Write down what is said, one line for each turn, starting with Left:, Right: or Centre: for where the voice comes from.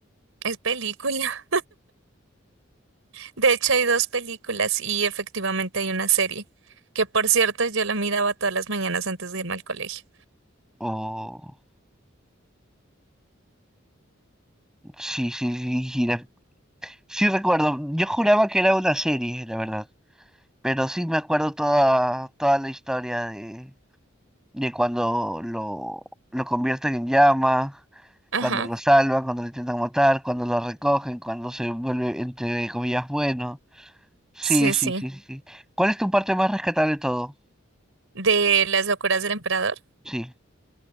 Right: Es película. De hecho, hay dos películas y efectivamente hay una serie, que por cierto yo la miraba todas las mañanas antes de irme al colegio.
Centre: Oh, sí, sí, sí, sí, la- sí recuerdo. Yo juraba que era una serie, la verdad. Pero sí me acuerdo toda, toda la historia de de cuando lo, lo convierten en llama,
Right: Ajá,
Centre: cuando lo salvan, cuando lo intentan matar, cuando lo recogen, cuando se vuelve, entre comillas, bueno. Sí,
Right: sí,
Centre: sí,
Right: sí.
Centre: sí, sí. sí. ¿Cuál es tu parte más rescatable de todo?
Right: De las locuras del emperador.
Centre: Sí.